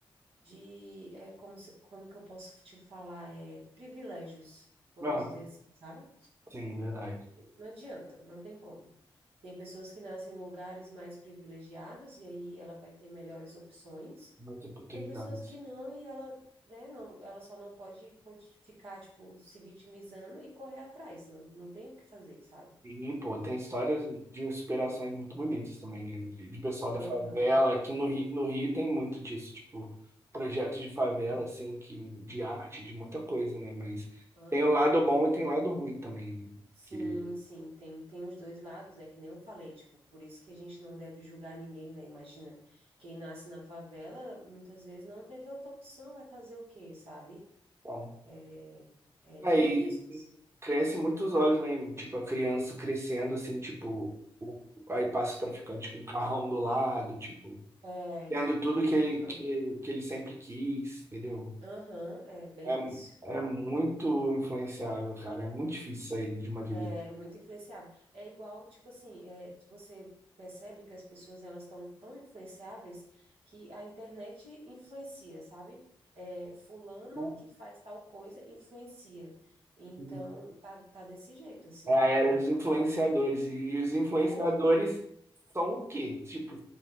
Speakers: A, on the right (about 80°); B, on the right (about 30°).
A: de é, como, se- como que eu posso te falar, é, privilégios, vamos
B: Aham.
A: dizer assim, sabe?
B: Sim, verdade.
A: Não adianta, não tem como. Tem pessoas que nascem em lugares mais privilegiados e aí ela vai ter melhores opções,
B: Muitas oportunidades.
A: e tem pessoas que não e ela, né, não, ela só não pode conti- ficar, tipo, se vitimizando e correr atrás, não, não tem o que fazer, sabe?
B: E, pô, tem histórias de inspirações muito bonitas também, né? De de pessoal da
A: Aham,
B: favela. Aqui no Rio, no Rio tem muito disso, tipo, projetos de favela,
A: uhum,
B: assim, que, de arte, de muita coisa, né? Mas
A: aham.
B: tem o lado bom e tem o lado ruim também, né?
A: Sim,
B: Que,
A: sim, tem, tem os dois lados, é que nem eu falei, tipo, por isso que a gente não deve julgar ninguém, né? Imagina, quem nasce na favela, muitas vezes não teve outra opção, vai fazer o quê, sabe?
B: bom,
A: É, é
B: aí
A: difícil. assim.
B: cresce muito os olhos, né? Tipo, a criança crescendo, assim, tipo, o- aí passa o traficante com o carrão do lado, tipo,
A: É,
B: tendo tudo que,
A: não,
B: que, que ele sempre quis, entendeu?
A: aham, é bem
B: É,
A: isso.
B: é muito influenciável, cara. É muito difícil sair de uma vida.
A: É muito influenciável. É igual, tipo assim, é, você percebe que as pessoas elas estão tão influenciáveis que a internet influencia, sabe? É, fulano
B: assim.
A: que faz tal coisa influencia. Então,
B: Uhum.
A: tá, tá desse jeito, assim,
B: É a era
A: tá?
B: dos influenciadores. E os influenciadores
A: É,
B: são o quê? Tipo,